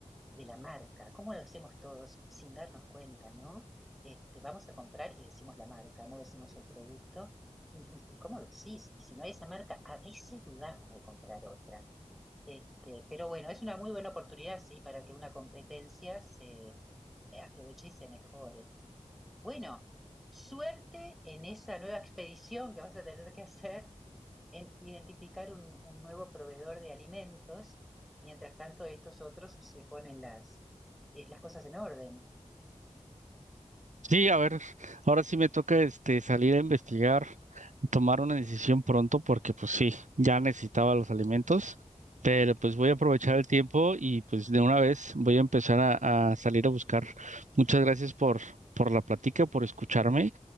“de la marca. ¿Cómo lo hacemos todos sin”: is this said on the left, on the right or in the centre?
Centre